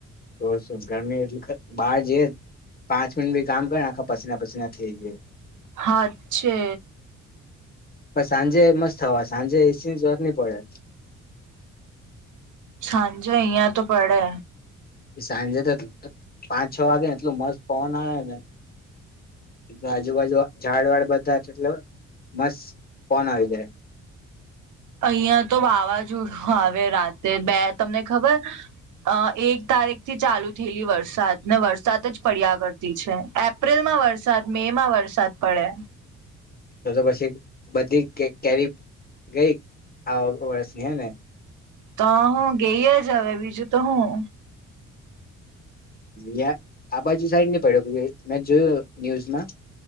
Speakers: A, on the left; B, on the right.
A: તો ગરમી એટલી બહાર જઈ પાંચ મિનિટ બી કામ કર આખા પસીના પસીના થઈ જ.
B: હા છે.
A: પણ સાંજે મસ્ત થવા સાંજે એસી જત નહી પડે.
B: સાજો અયા તો પડે.
A: એ સાંજે તો પાંચ છ વાગે ને એટલું મસ્ત પવન આવે ને એ આજુબાજુ ઝાડ વાળ બધા એટલો મસ્ત પવન આવી જાય.
B: અહિયાં તો વાવાઝોડું આવે રાતે બે તમને ખબર અ એક તારીખ થી ચાલુ થયેલી વરસાદ ને વરસાદ જ પડ્યા કરતી છે એપ્રિલમાં વરસાદ મે માં વરસાદ વરસાદ પડે
A: તો તો પછી બધી કેરી ગઈ આ વર્ષની હે ને
B: તો હું ગઈ જ હવે બીજું તો હું
A: હ આ બાજુ સાઈડ નહી પડ્યું મેં જોયું ન્યૂઝમાં